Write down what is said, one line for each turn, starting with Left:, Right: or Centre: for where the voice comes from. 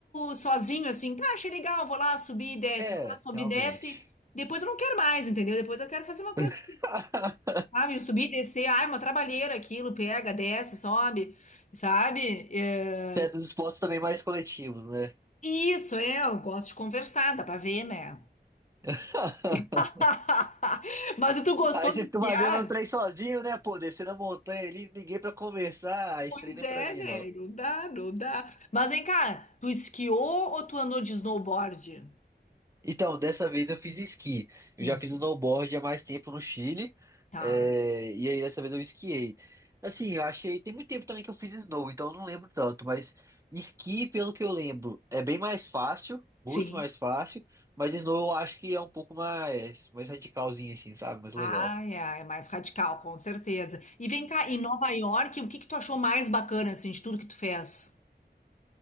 Left: sozinho, assim. Tá, achei legal, vou lá, subir e desce,
Right: É,
Left: vou lá, subir
Right: realmente.
Left: e desce. Depois eu não quero mais, entendeu? Depois eu quero fazer uma coisa,
Right: <laughs>
Left: sabe? Subir e descer. Ai, uma trabalheira aquilo, pega, desce, sobe, sabe? É,
Right: Você é dos esportes também mais coletivos, né?
Left: Isso, é, eu gosto de conversar, dá pra ver, né?
Right: <laughs>
Left: <laughs> Mas tu gostou
Right: Aí
Left: de
Right: você
Left: esquiar?
Right: fica fazendo o trem sozinho, né? Pô, descendo a montanha ali, ninguém pra conversar. Ah, Esse
Left: Pois
Right: trem não
Left: é,
Right: é pra mim,
Left: né?
Right: não.
Left: Não dá, não dá. Mas vem cá, tu esquiou ou tu andou de snowboard?
Right: Então, dessa vez eu fiz esqui.
Left: Hum,
Right: Eu já fiz snowboard há mais tempo no Chile.
Left: tá.
Right: é, E aí dessa vez eu esquiei. Assim, eu achei. Tem muito tempo também que eu fiz snow, então eu não lembro tanto. Mas esqui, pelo que eu lembro, é bem mais fácil.
Left: Sim.
Right: Muito mais fácil. Mas snow eu acho que é um pouco mais, mais radicalzinho, assim, sabe? Mais legal.
Left: Ai, ai, é mais radical, com certeza. E vem cá, em Nova York, o que que tu achou mais bacana, assim, de tudo que tu fez?